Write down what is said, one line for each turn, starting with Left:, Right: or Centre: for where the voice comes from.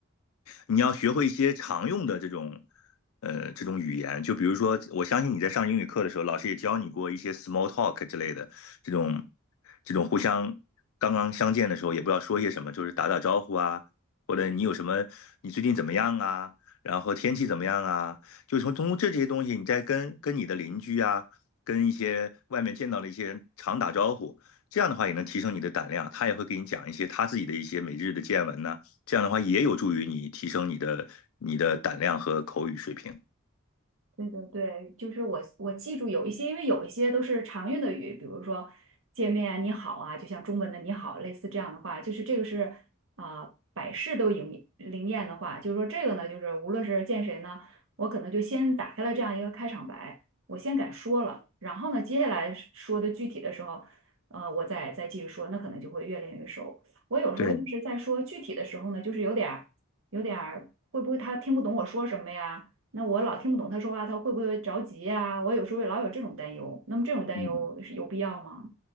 Left: 你要学会一些常用的这种呃这种语言，就比如说，我相信你在上英语课的时候，老师也教你过一些 small talk 之类的这种这种互相刚刚相见的时候也不知道说些什么，就是打打招呼啊，或者你有什么，你最近怎么样啊？然后天气怎么样啊？就从通过这些东西，你再跟跟你的邻居啊，跟一些外面见到的一些人常打招呼，这样的话也能提升你的胆量。他也会给你讲一些他自己的一些每日的见闻呢、啊这样的话也有助于你提升你的你的胆量和口语水平。
Right: 对对对，就是我我记住有一些，因为有一些都是常用的语，比如说见面你好啊，就像中文的你好，类似这样的话，就是这个是啊、百试都灵灵验的话，就是说这个呢，就是无论是见谁呢，我可能就先打开了这样一个开场白，我先敢说了，然后呢，接下来说的具体的时候，呃，我再再继续说，那可能就会越练越熟。我有时候就是在说具体的时候呢，
Left: 对，
Right: 就是有点儿有点儿会不会他听不懂我说什么呀？那我老听不懂他说话，他会不会着急呀？我有时候也老有这种担忧。那么这种担忧是有必要吗？
Left: 嗯。